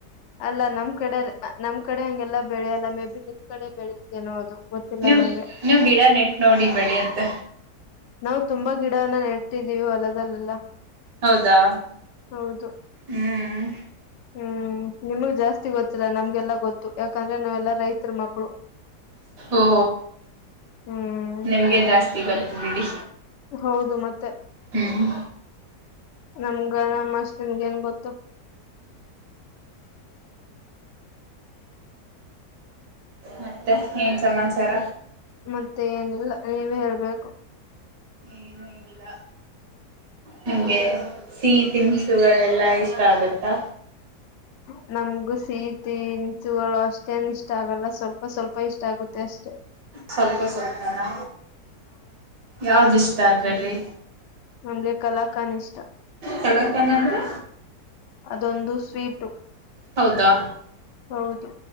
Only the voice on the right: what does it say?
ನೀವ
ನೀವ್ ಗಿಡ ನೆಟ್ ನೋಡಿ ಬೆಳಿಯತ್ತ.
ಹೌದಾ
ಹ್ಮ್
ಓ
ನಿಮ್ಗೆ ಜಾಸ್ತಿ ಗೊತ್ತು ಬಿಡಿ.
ಹ್ಮ್
ಮತ್ತೆ ಏನ್ ಸಮಾಚಾರ.
ಏನು ಇಲ್ಲ. ನಮಗೆ ಸಿಹಿ ತನ್ಸುಗಳೆಲ್ಲಾ ಇಷ್ಟ ಆಗತ್ತಾ.
ಸ್ವಲ್ಪ ಸ್ವಲ್ಪನಾ ಯಾವ್ದಿಷ್ಟ ಅದ್ರಲ್ಲಿ.
ಕಲಾಕಂಡ್ ಅಂದ್ರೆ
ಹೌದಾ